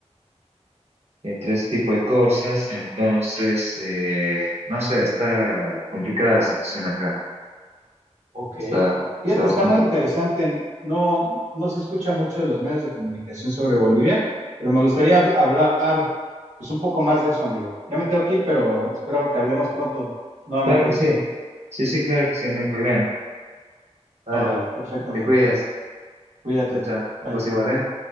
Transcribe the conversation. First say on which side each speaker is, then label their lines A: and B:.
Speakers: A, on the right (about 65°); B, on the right (about 80°).
A: entre este tipo de cosas. Entonces, eh, no sé, está complicada la situación acá.
B: Ok.
A: Está,
B: Fíjate,
A: está bastante
B: está muy interesante.
A: fea.
B: No, no se escucha mucho de los medios de comunicación sobre Bolivia, pero me gustaría hab- hablar pues, un poco más de eso, amigo. Ya me tengo que ir, pero espero que hablemos pronto nuevamente
A: Claro que
B: de
A: sí.
B: eso.
A: Sí, sí, claro que sí, no hay problema. Vale,
B: Órale, perfecto, amigo.
A: te cuidas.
B: Cuídate.
A: Chao, chao.
B: Bye.
A: Vos igual, ¿eh?